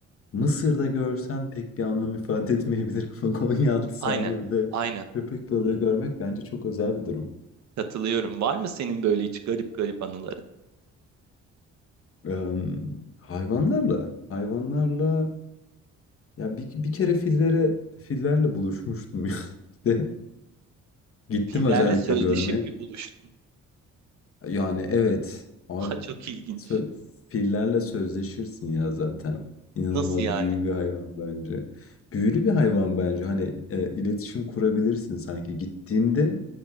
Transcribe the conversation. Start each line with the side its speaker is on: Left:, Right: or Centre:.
Left: Mısır'da görsen pek bir anlam ifade etmeyebilir <laughs> ama Konyaaltı sahilde
Right: Aynen. Aynen.
Left: köpek balığı görmek bence çok özel bir durum.
Right: Katılıyorum. Var mı senin böyle hiç garip garip anıların?
Left: Eee, hayvanlarla, hayvanlarla ya bir, bir kere fillere, fillerle buluşmuştum <laughs> ya. İşte gittim
Right: Fillerle
Left: özellikle
Right: sözleşip
Left: görmeye.
Right: mi buluştun?
Left: Yani evet abi
Right: <laughs> Aa, çok ilginç.
Left: sö- fillerle sözleşirsin ya zaten. İnanılmaz
Right: Nasıl yani?
Left: büyülü bir hayvan bence. Büyülü bir hayvan bence. Hani e, iletişim kurabilirsin sanki. Gittiğinde